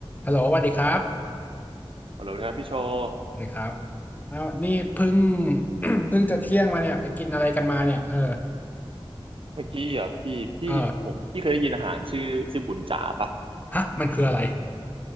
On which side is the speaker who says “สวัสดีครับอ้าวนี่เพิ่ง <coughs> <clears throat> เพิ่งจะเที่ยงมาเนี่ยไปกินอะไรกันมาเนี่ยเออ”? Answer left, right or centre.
Left